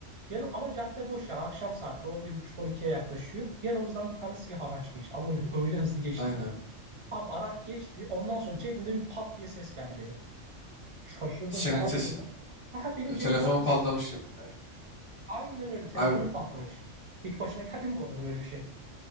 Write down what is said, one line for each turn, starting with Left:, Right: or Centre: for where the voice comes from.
Right: Yanım ama cadde boş yani akşam saatleri 11.30-12'ye yaklaşıyor. Yanımızdan bir tane siyah araç geçti ama öyle, öyle hızlı geçti
Left: Aynen.
Right: ki. Abi araç geçti ondan sonra cebimde bir pat diye ses geldi benim. Şaşırdım
Left: Senin
Right: falan
Left: sesin.
Right: böyle. Ha benim
Left: E,
Right: cebimden
Left: Telefonum
Right: bir
Left: patlamış
Right: ses geldi.
Left: gibi. Aynen.
Right: Aynen öyle telefonum
Left: Abi,
Right: patlamış. Hiç başına geldi mi bu arada böyle bir şey?